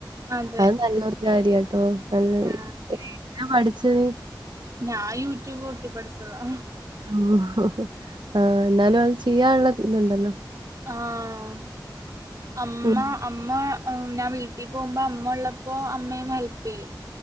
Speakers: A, on the right; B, on the right.
A: അതെ
B: അത് നല്ലൊരു കാര്യട്ടോ. നല്ലത്
A: ആ
B: ഏതിന പഠിച്ച നീ?
A: ഞാ യൂട്യൂബ് നോക്കി പഠിച്ചതാ.
B: ഓ ഓഹ് ഓ ആഹാ ന്നാലും അത് ചെയ്യാന്ള്ള ഇത്ണ്ടല്ലോ.
A: ആഹ് അമ്മ.
B: ഉം.
A: അമ്മ മ് ഞാൻ വീട്ടി പോകുമ്പോ അമ്മ ഉള്ളപ്പോ അമ്മയും ഹെല്പ് ചെയ്യും.